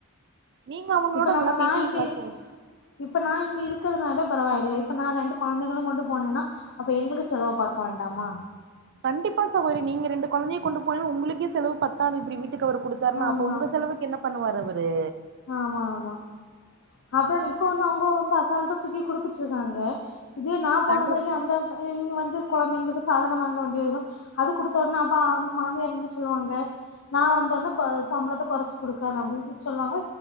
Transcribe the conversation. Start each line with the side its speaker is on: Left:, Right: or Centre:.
Right: நீங்க அவங்களோட
Left: இப்ப நம்ம
Right: நல்லா பேசுவீங்களா?
Left: நா இங்க இருக்
Right: சார்
Left: இப்ப நா இங்க இருக்கிறதுனாலே பரவாயில்ல இப்ப நா ரெண்டு கொழந்தைகளு கொண்டு போனேன்னா. அப்ப எங்குளுக்கு செலவு பாக்க வேண்டாமா
Right: கண்டிப்பா சகோதரி! நீங்க ரெண்டு கொழந்தைய கொண்டு போனா உங்களுக்கே செலவு பத்தாதது இப்டி வீட்டுக்கு அவரு குடுத் சர்மா
Left: ஆமா
Right: அப்ப உங்க செலவுக்கு என்ன பண்ணுவாரு அவரு?.
Left: ஆமா ஆமா அப்புறம் நீ இப்ப வந்து அவுங்க வந்து அசால்ட்டா தூக்கி குடுத்துட்டு இருக்காங்க. இது நா போன
Right: கண்டி
Left: பெறகு அந்த பைய இங்க வந்து கொழந்தைங்குளுக்கு, சாதனோ வாங்க வேண்டியதுதா அது குடுத்த ஒட்னே அப்ப அந்து மாமியார் என்ன சொல்வாங்க நா வந்தோன கொ சம்ளத்த கொறச்சு குடுக்கணு அப்டின்னு சொன்னாங்க